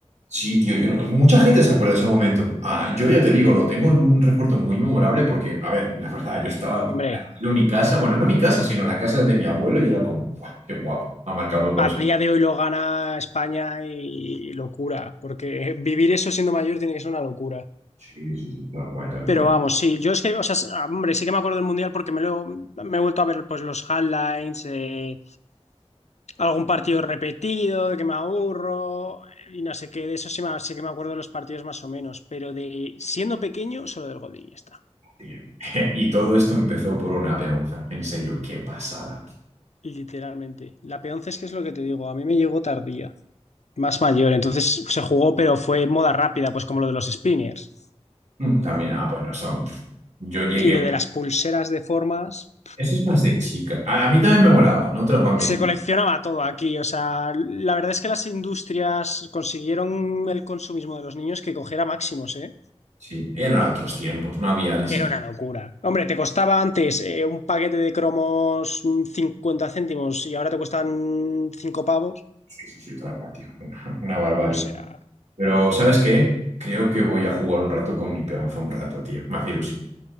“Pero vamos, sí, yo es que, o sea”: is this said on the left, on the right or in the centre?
Left